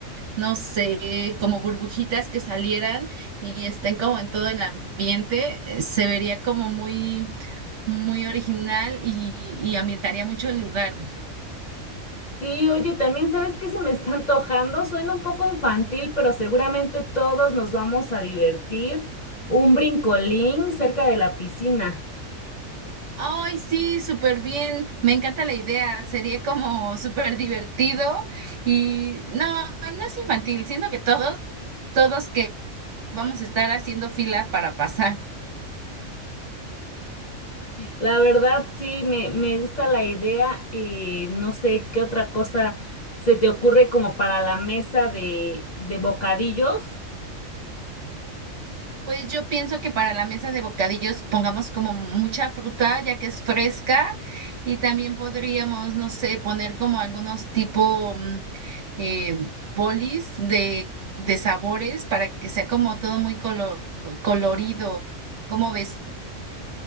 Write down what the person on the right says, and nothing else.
no sé, como burbujitas que salieran y estén como en todo el ambiente. eh, Se vería como muy, muy original y, y ambientaría mucho el lugar.
Ay, sí, súper bien. Me encanta la idea. Sería como súper divertido y no, no es infantil. Siento que todos, todos que vamos a estar haciendo fila para pasar.
Pues yo pienso que para la mesa de bocadillos pongamos como mucha fruta, ya que es fresca, y también podríamos, no sé, poner como algunos tipo mm, eh, bolis de, de sabores para que sea como todo muy colo- colorido. ¿Cómo ves?